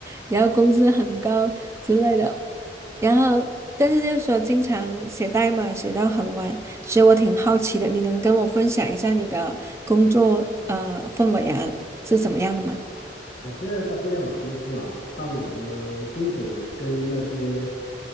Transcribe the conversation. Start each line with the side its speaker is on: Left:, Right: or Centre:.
Right: 然后工资很高之类的，然后但是又说经常写代码写到很晚，所以我挺好奇的，你能跟我分享一下你的工作呃氛围啊是怎么样的吗？
Left: 啊，我虽然在互联网公司啊，但我的工种跟那些